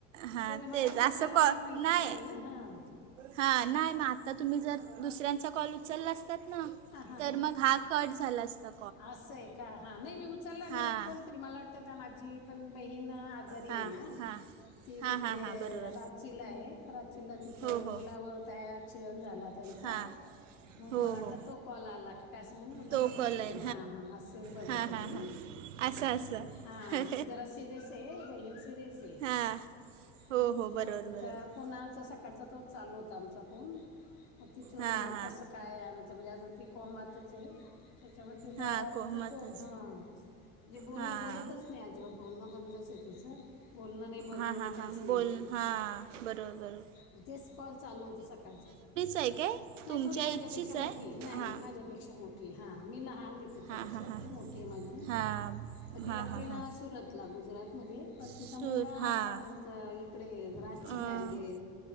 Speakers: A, on the right; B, on the left.
A: हा
B: ते ना मला
A: तेच
B: बी-
A: असं
B: मला
A: क
B: या माहिती
A: नाही.
B: ना हां
A: हा नाही मग आता तुम्ही जर दुसऱ्यांचा कॉल उचलला असतात ना
B: हां
A: तर मग हा कट झालं असतं.
B: असं आहे का हा नाही मी उचलला नाही
A: हां
B: म्हण कोणतरी मला वाटत माझी. पण बहीण आजारी
A: हां
B: आहे ना.
A: हां
B: ती
A: हां
B: तिकडे
A: हां हां बरोबर
B: रांचीला आहे रांचीला तिथं
A: हो
B: मुलाबत
A: हो
B: आहे. ॲक्सिडेंट झाला त्यांचा
A: हां
B: मग
A: हो
B: मला वाटतं
A: हो
B: तो कॉल आला का काय असं म्हणून म्हटलं
A: तो
B: बघ.
A: कॉल
B: त
A: आहे
B: हां हां हं मी बघत
A: हां
B: हो
A: हां
B: ती.
A: हां असं असं
B: हा ती जरा सिरेस आहे बहीण सिरेस आहे.
A: हां
B: म
A: हो
B: तिचां.
A: हो बरोबर बरोबर
B: फोन आचा सकाळचा तोच चालू होता आमचा फोन तिथून
A: हां हां
B: कसं. काय आणच्या म्हणजे अजून ती कोमातच आहे त्याच्यामध्ये. तला
A: हां कोमतच
B: कतो झाा. म्हण जे बोलणं
A: हां
B: बोलतच नाही अजिबात बोलणं बंदच आहे तिचं. बोलणं नाही बघणं
A: हां
B: नाही
A: हां
B: काहीच
A: हां बोल हां बरोबबर.
B: ग तेच कॉल चालू होते सकाळचे
A: आहे काय
B: नाही
A: तुमच्या
B: थोडी माझ्यापेक्षा
A: इतकीच
B: मोठी आहे नाही
A: हां
B: नाही माझ्यापेक्षा शा मोठी आहे. हां मी लहान नाही त्याच्यापेक्षा
A: हां हां हां
B: ती मोठी आहे माझी
A: हां हां
B: मग तेी
A: हां
B: राहते
A: हां
B: ना
A: हां
B: सुरत तला गुजरातमध्ये पण तिचा
A: सूर
B: मुलगा-
A: हां
B: इकडे रचीला
A: अं,
B: आहे म्हणजे